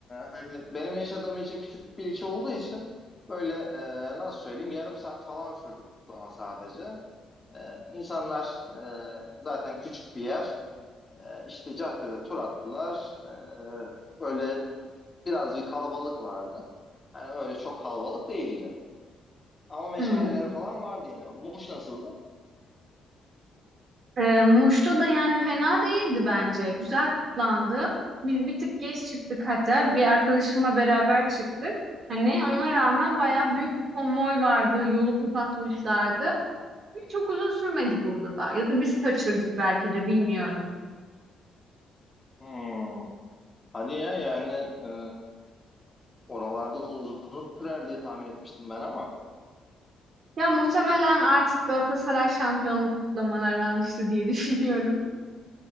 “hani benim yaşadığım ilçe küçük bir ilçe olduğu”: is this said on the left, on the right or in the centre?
Left